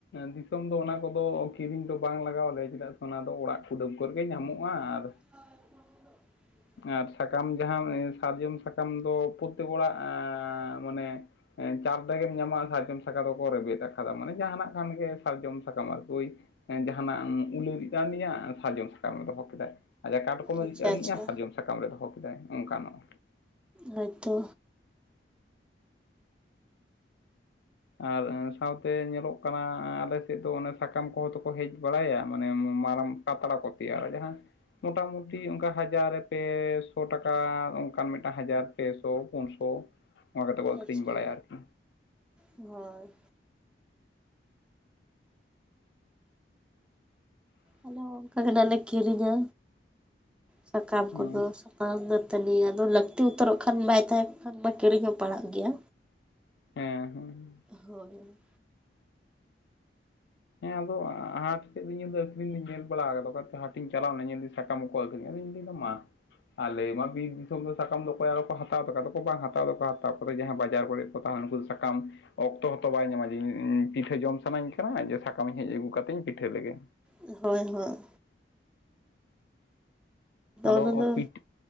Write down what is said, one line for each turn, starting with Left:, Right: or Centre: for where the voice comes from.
Left: ᱫᱤᱥᱚᱢ ᱫᱚ ᱚᱱᱟ ᱠᱚᱫᱚ ᱠᱤᱨᱤᱧ ᱫᱚ ᱵᱟᱝ ᱞᱟᱜᱟᱣ ᱞᱮᱭᱟ ᱪᱮᱫᱟᱜ ᱥᱮ ᱚᱱᱟ ᱫᱚ ᱚᱲᱟᱜ ᱠᱩ ᱰᱟᱹᱢ ᱠᱚ ᱨᱮᱜᱮ ᱧᱟᱢᱚᱜᱼᱟ ᱟᱨ
Centre: ᱦᱚᱭ
Left: ᱟᱨ ᱥᱟᱠᱟᱢ ᱡᱟᱦᱟᱸ ᱥᱟᱨᱡᱚᱢ ᱥᱟᱠᱟᱢ ᱫᱚ ᱯᱨᱚᱛᱮᱠ ᱚᱲᱟᱜ ᱢᱟᱱᱮ ᱮ ᱪᱟ ᱛᱮᱜᱮᱢ ᱧᱟᱢᱟ ᱥᱟᱨᱡᱚᱢ ᱥᱟᱠᱟ ᱫᱚ ᱯᱚᱨᱮᱵᱮᱫ ᱟᱠᱟᱫᱟ ᱢᱟᱱᱮ ᱡᱟᱦᱟᱱᱟᱜ ᱠᱷᱟᱱ ᱜᱮ ᱥᱟᱨᱡᱚᱢ ᱥᱟᱠᱟᱢ ᱟᱨᱠᱤ ᱳᱭ ᱡᱟᱦᱟᱱᱟᱜ ᱩᱞᱮ ᱨᱤᱫ ᱟᱠᱟᱱᱤᱜᱼᱟ ᱥᱟᱨᱡᱚᱢ ᱥᱟᱠᱟᱢ ᱫᱚᱦᱚ ᱠᱮᱫᱟᱭ ᱟᱡᱟ ᱠᱟᱴᱠᱚᱢᱮ
Centre: ᱟᱪᱪᱷᱟ
Left: ᱨᱤᱫ ᱟᱱᱤᱡᱟ
Centre: ᱟᱪᱪᱷᱟ
Left: ᱥᱟᱨᱡᱚᱢ ᱥᱟᱠᱟᱢ ᱨᱮ ᱫᱚᱦᱚ ᱠᱮᱫᱟᱭ ᱚᱱᱠᱟᱱᱚᱜᱼᱟ
Centre: ᱦᱳᱭᱛᱳ
Left: ᱟᱨ ᱥᱟᱶᱛᱮ ᱧᱮᱞᱚᱜ ᱠᱟᱱᱟ ᱟᱞᱮ ᱥᱮᱫ ᱫᱚ ᱚᱱᱮ ᱥᱟᱠᱟᱢ ᱠᱚᱦᱚᱸ ᱫᱚᱠᱚ ᱦᱮᱡ ᱵᱟᱲᱟᱭᱟ ᱢᱟᱱᱮ ᱢᱟᱨᱟᱝ ᱯᱟᱛᱲᱟ ᱠᱚ ᱛᱮᱭᱟᱨᱟ ᱡᱟᱦᱟᱸ ᱢᱚᱴᱟ ᱢᱩᱴᱤ ᱚᱱᱠᱟ ᱦᱟᱡᱟᱨ ᱨᱮ ᱯᱮ ᱥᱚ ᱴᱟᱠᱟ ᱚᱱᱠᱟᱱ ᱢᱮᱴᱟᱝ ᱦᱟᱡᱟᱨ ᱯᱮᱥᱚ ᱯᱩᱱ ᱥᱚ ᱚᱱᱠᱟ ᱠᱟᱛᱮ ᱠᱚ ᱟᱹᱠᱷᱨᱤᱧ
Centre: ᱟᱪᱪᱷᱟ
Left: ᱵᱟᱲᱟᱭᱟ ᱟᱨᱠᱤ
Centre: ᱦᱳᱭ ᱟᱞᱮ ᱚᱱᱠᱟ ᱜᱮ ᱱᱟᱜ ᱞᱮ ᱠᱤᱨᱤᱧᱟ ᱥᱟᱠᱟᱢ
Left: ᱦᱮᱸ
Centre: ᱠᱚᱫᱚ ᱵᱟᱝ ᱫᱚᱛᱟᱹᱱᱤ ᱟᱫᱚ ᱞᱟᱹᱠᱛᱤ ᱩᱛᱟᱹᱨᱚᱜ ᱠᱷᱟᱱ ᱵᱟᱭ ᱛᱟᱦᱮᱸ ᱠᱷᱟᱱ ᱢᱟ ᱠᱤᱨᱤᱧ ᱦᱚᱸ ᱯᱟᱲᱟᱜ ᱜᱮᱭᱟ
Left: ᱦᱮᱸ ᱦᱮᱸ
Centre: ᱦᱳᱭ
Left: ᱦᱮᱸ ᱟᱫᱚ ᱦᱟᱴ ᱥᱮᱫ ᱫᱩᱧ ᱧᱮᱞ ᱫᱟ ᱟᱹᱠᱷᱨᱤᱧ ᱫᱩᱧ ᱧᱮᱞ ᱵᱟᱲᱟ ᱟᱠᱟᱫᱟ ᱦᱟᱴᱤᱧ ᱪᱟᱞᱟᱣ ᱧᱮᱱᱟ ᱥᱟᱞᱟᱢ ᱠᱚᱠᱚ ᱟᱠᱷᱨᱤᱧ ᱫᱟ ᱟᱫᱩᱧ ᱞᱟᱭᱫᱟ ᱢᱟ ᱟᱞᱮ ᱢᱟ ᱵᱤᱨ ᱫᱤᱥᱚᱢ ᱨᱮ ᱥᱟᱠᱟᱢ ᱫᱚ ᱚᱠᱚᱭ ᱟᱨᱚ ᱠᱚ ᱦᱟᱛᱟᱣ ᱛᱟᱠᱚᱣᱟ ᱟᱫᱚᱠᱚ ᱵᱟᱝ ᱦᱟᱛᱟᱣ ᱫᱚᱠᱚ ᱦᱟᱛᱟᱣ ᱠᱚᱫᱚ ᱡᱟᱦᱟᱸ ᱵᱟᱡᱟᱨ ᱠᱚᱨᱮᱫ ᱱᱩᱠᱩ ᱫᱚ ᱥᱟᱠᱟᱢ ᱚᱠᱛᱚ ᱦᱚᱸᱛᱚ ᱵᱟᱭ ᱧᱟᱢᱟ ᱡᱮ ᱤᱧ ᱯᱤᱴᱷᱟᱹ ᱡᱚᱢ ᱥᱟᱱᱟᱧ ᱠᱟᱱᱟ ᱥᱟᱠᱟᱢᱧ ᱦᱮᱡ ᱟᱹᱜᱩ ᱠᱟᱛᱮᱧ ᱯᱤᱴᱷᱟᱹ ᱞᱮᱜᱮ
Centre: ᱦᱳᱭ ᱦᱳᱭ
Left: ᱟᱫᱚ
Centre: ᱚᱱᱟ ᱫᱚ
Left: ᱯᱤᱴ